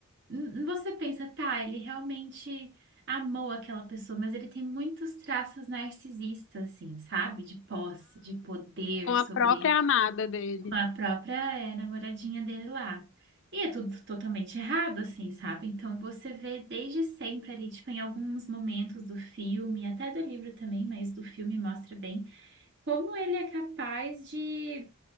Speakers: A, on the right (about 50°); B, on the left (about 55°).
A: n- você pensa, tá, ele realmente amou aquela pessoa, mas ele tem muitos traços narcisistas, assim, sabe? De posse, de poder
B: com
A: sobre
B: a própria amada dele.
A: com a própria eh, namoradinha dele lá. E é tudo totalmente errado, assim, sabe? Então você vê desde sempre ali, tipo, em alguns momentos do filme, até do livro também, mas do filme mostra bem como ele é capaz de